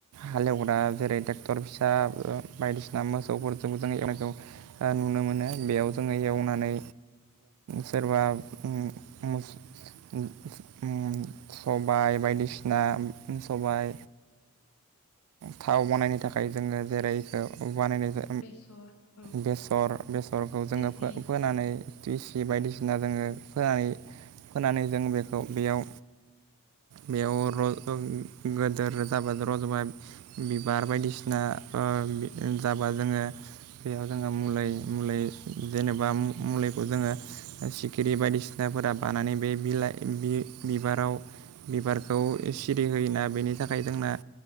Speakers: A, on the right; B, on the left.
A: हालेवग्रा जेरै टेक्टर फिसा बायदिसिना मोसौफोरजों जों एवनायखौ नुनो मोनो बेयाव जोङो एवनानै सोरबा उम मोस उम सबाय बायदिसिना सबाय थाव बानायनो थाखाय जोङो जेरै इखो बानायनाय जा
B: बेसर औ
A: बेसर बेसरखौ जोङो
B: देसि
A: फोनानै
B: औ
A: थिस बायदिसिना जोङो फोनानै -फोनानै जों बेखौ बेयाव, बेयाव र' गोदोर <unintelligible> रज'बा बिबार बायदिसिना जाबा जोङो बेयाव जोङो मुलै- मुलै जेनेबा मुलैखौ जोङो, सिखिरि बायदिसिनाफोरा बानानै बे बिलाइ बिसाराव बिबारखौ सिरि होयोना बेनि थाखाय जोंना